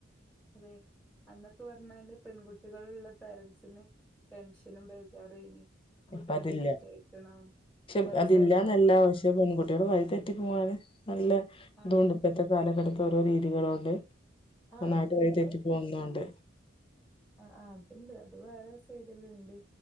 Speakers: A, in the centre; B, on the left (about 30°).
A: അതെ അന്നൊക്കെ പറഞ്ഞാല് പെൺകുട്ടികളുള്ള പാരൻസിന് ടെൻഷനും ബേചാറും ഏനി കുട്ടിനെ
B: ഇപ്പ അതില്ല
A: കെട്ടിച്ചയക്കണം
B: പക്ഷെ
A: കൊറേ
B: അതില്ലന്നെല്ല
A: സ്വർണം കൊടുക്കണം
B: പക്ഷേ പെൺകുട്ടികള് വഴി തെറ്റി പോവാന് നല്ല
A: ആഹ്
B: ഇതുംണ്ട് ഇപ്പത്തെ കാലഘട്ടത്തെ ഓരോ രീതികളോണ്ട്
A: ആഹ്
B: നന്നായിട്ട്
A: അത്ണ്ട്
B: വഴി തെറ്റി പോവുന്നുംണ്ട്
A: ആഹ് ആഹ് അതിണ്ട് അത് വേറെ സൈഡില്ണ്ട്